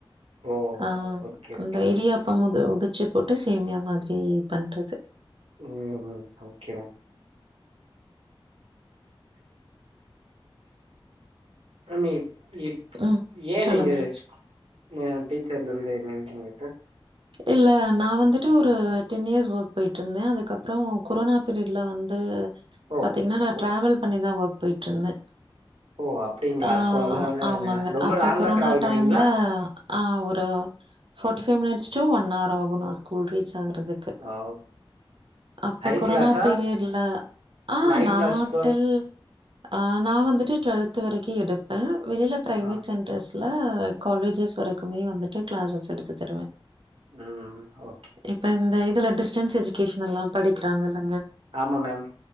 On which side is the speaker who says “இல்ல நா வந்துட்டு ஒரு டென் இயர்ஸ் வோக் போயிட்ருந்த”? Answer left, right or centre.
Right